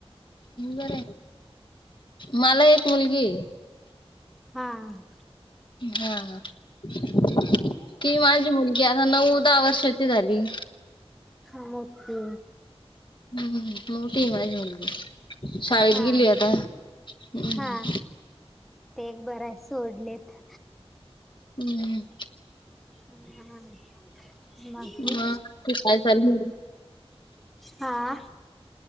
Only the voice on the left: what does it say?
बर मला एक मुलगी
हा कि माझी मुलगी आता नऊ दहा वर्षाची झाली
हम् मोठी माझी मुलगी <unintelligible> शाळेत
गेली आता. हम्म.
हम्म.
मग ती काय चालली